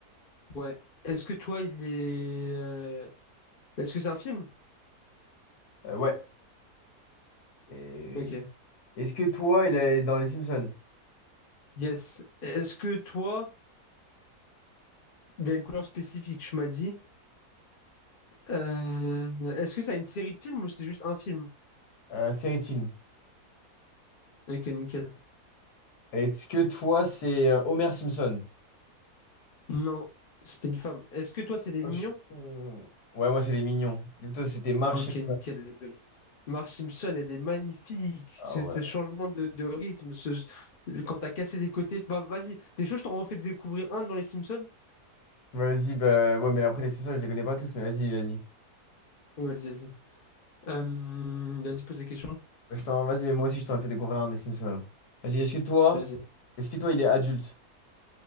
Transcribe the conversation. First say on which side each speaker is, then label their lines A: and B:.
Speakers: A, on the left; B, on the left.
A: Ouais. Est-ce que toi, il est... euh, Est-ce que c'est un film?
B: Euh, ouais. Et-
A: Ok.
B: Est-ce que toi, il est dans Les Simpsons?
A: Yes. Est-ce que toi, il y a une couleur spécifique, tu m'as dit. Euh, Est-ce que ça a une série de films ou c'est juste un film?
B: Euh, série de films.
A: Ok, nickel.
B: Est-ce que toi, c'est euh, Homer Simpson?
A: Non, c'était une femme. Est-ce que toi, c'est les
B: Ah,
A: mignons?
B: je suis con. Ouais, moi, c'est les mignons. Du coup, toi, c'était Marge
A: Ok,
B: Simpson.
A: nickel, elle est belle. Marge Simpson, elle est magnifique.
B: Ah
A: C'est
B: ouais.
A: ce changement de, de rythme, ce, le- quand t'as cassé des côtés. Bah, vas-y, des choses, je t'en refais découvrir un dans les Simpsons.
B: Vas-y, bah ouais, mais après, les Simpsons, je les connais pas tous, mais vas-y, vas-y.
A: Oui, Vas-y, vas-y. Euh, vas-y, pose des questions.
B: Bah, Je t'en... Vas-y, mais moi aussi, je t'en ai fait découvrir un des Simpsons. là. Vas-y, est-ce que toi,
A: Vas-y.
B: est-ce que toi, il est adulte?